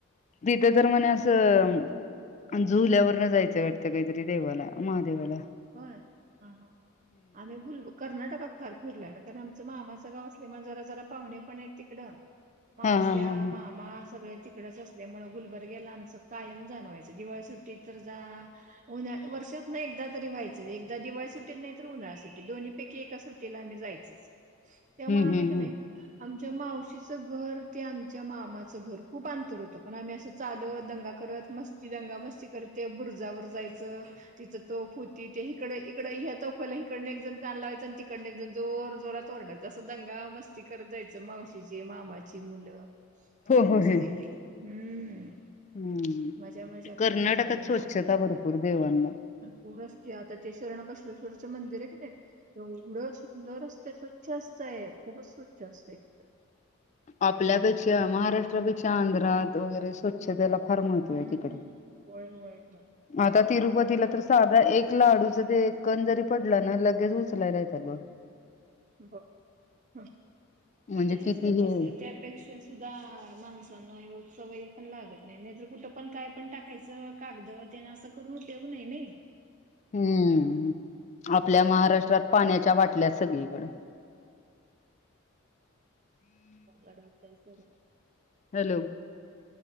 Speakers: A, on the left; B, on the right.
A: तिथे तर म्हणे असं जुल्यावर न जायचं वाटत. काहीतरी देवाला महादेवाल.
B: होय हा हा हा आणि गुलब कर्नाटकात फार फिरलं ना कारण आमचं मामाचं गाव असल्यामुळे जरा जरा पाहुणे पण आहेत तिकडं मावश्या
A: हा हा हा हा
B: मामा सगळे तिकडेच असत त्यामुळं गुलबर्गेला आमचं कायम जाणवायचं दिवाळी सुट्टीत तर जा. हो वर्षात न एकदा. तरी व्हायचं एकदा दिवाळी सुट्टीत नाही तर उन्हाळ्या सुटी दोन्हीपैकी एका सुटीला आम्ही जायच. त्यामुळे
A: हम्म
B: आम्ही
A: हम्म हम्म
B: का नाही आमच्या मावशीचं घर ते आमच्या मामाचं घर खूप अंतर होतं. पण आम्ही असं चालत दंगा करत मस्ती दंगा मस्ती करते बुरजावर जायचं. तिथं तो. होती त्या हकडे इकड ह्या तोफ्याला इकडने एक जण कान लावायचं आणि तिकडनने एक जण जोर जोरात तोरडाचा असं दंगा मस्ती करत जायचं मावशीची मामाची मुलं.
A: हो
B: फार
A: हो
B: मस्त
A: हे
B: आहे तीत हम्म.
A: हम्म
B: मजा मजा
A: कर्नाटकात
B: करत होतो आम्ही
A: स्वच्छता भरपूर देवांना
B: पर असते आता ते शर्णा बसवेश्वरचं मंदिर आहे काी नाही एवढं सुंदर असतं स्वच्छ असतय खूपच स्वच्छ असतंय तिथं.
A: आपल्यापेक्षा महाराष्ट्रापेक्षा आंध्रात वगैरे स्वछ. स्वच्छतेला फार महत्व
B: हम्म
A: आहे तिकडं
B: होय होय होय
A: आता तिरुपतीला
B: आपल्याकडे
A: तर. एक लाडूच ते कण जरी पडला ना लगेच उचलायला येतात बघ.
B: बघ पाहिजेच
A: म्हणजे किती
B: ग
A: हे
B: तस त्यापेक्षा सुधा माणसांना सवयी पण लागत नाही नाही तर कुठं पण काय पण टाकायचं. कागद तेन अस करून उपयोग नाही नाही.
A: हम्म आपल्या महाराष्ट्रात पाण्याच्या बाटल्या सगळीकड
B: अवघड होतंय सगळं.
A: हॅलो.